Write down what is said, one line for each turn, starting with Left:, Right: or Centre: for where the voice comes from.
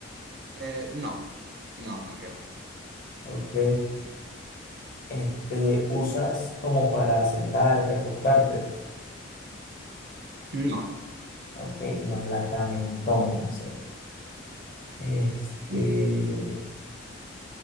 Right: Eh, no, no, no, ¿qué va?
Left: Ok. Este, usas como para sentarte, acostarte.
Right: No.
Left: Ok, no es la cama entonces. Este,
Right: Mm.